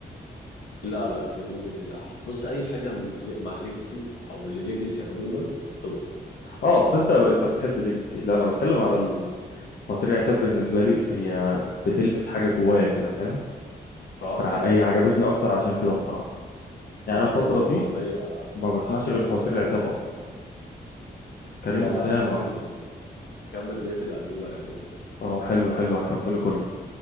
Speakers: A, on the left; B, on the left.
A: لا لا كلميني بالليل احلى بص اي حاجة م- ل- مع ليجاسي او لليجاسي عموما طب
B: أه
A: بصراحة
B: أصل أنت أنت بتحب ليجاسي لا أنا بتكلم على ال- فواتير العتاب بالنسبة لي هي بتلمس حاجة جوايا كده فاهم
A: اه
B: فهي
A: لا هي جامدة
B: عجبتني
A: بصراحة
B: أكتر عشان كده الصراحة يعني
A: وعامل
B: انا الفتره
A: برضه
B: دي
A: أغنية
B: ما بسمعش
A: مع كريم
B: غير فواتير
A: أسامة
B: العتاب
A: جنة
B: اصلا كريم
A: لا
B: اسامه
A: لا كمل كمل بيت الألبوم هيعجبك
B: اه حلو حلو هكمله كله